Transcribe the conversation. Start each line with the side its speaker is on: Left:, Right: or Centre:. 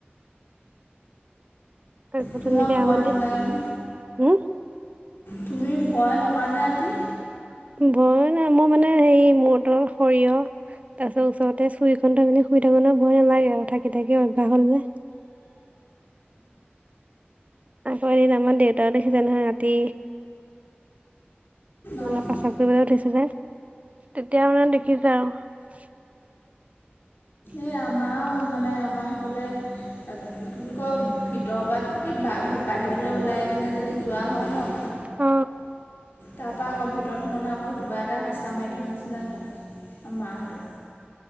Right: তাৰপিছত
Left: তোমাৰ
Right: তেনেকে
Left: ভয়
Right: আমা
Left: নালাগে
Right: দি
Left: ন
Right: হম।
Left: তুমি ভয় নকৰা নে ৰাতি?
Right: উম ভয় মানে মই মানে হেৰি মতৰ সৰিয়হ তাৰ পিছত ওচৰতে চুৰিখন থৈ মেলি শুই থাকো ভয় নালাগে আৰু থাকি থাকি অভ্যাস হল যে। <inaudible> আকৌ এদিন আমাৰ দেউতাও দেখিছে নহয় ৰাতি।
Left: অঁ
Right: মানে প্ৰস্ৰাৱ কৰিবলৈ উঠিছে যে। তেতিয়া মানে দেখিছে আৰু।
Left: এই
Right: <inaudible>
Left: আমাৰ মানে আমাৰ সেইফালে কি বুলি কয় ভিতৰ পৰা কি বাহি ৰলে ওলাই পিনে যদি যোৱা হয় ন
Right: অ
Left: তাৰপৰা আকৌ ভিতৰত সোমালে আকৌ কিবা এটা হেঁচা মাৰি ধৰা নিচিনা ধৰে। আমা‌ মাঁহতৰ